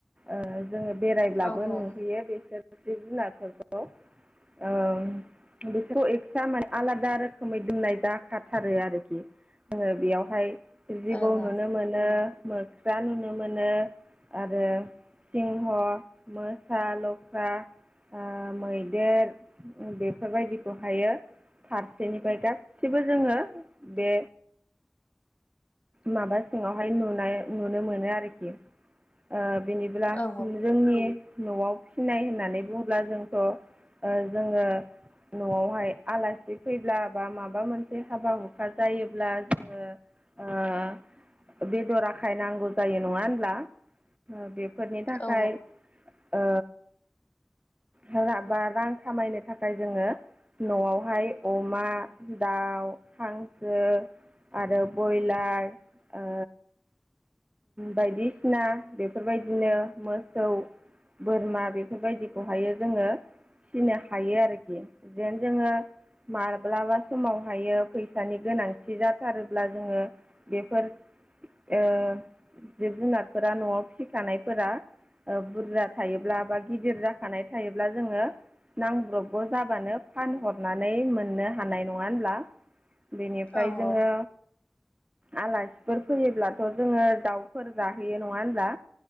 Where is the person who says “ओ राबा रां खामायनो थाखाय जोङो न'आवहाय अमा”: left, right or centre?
Right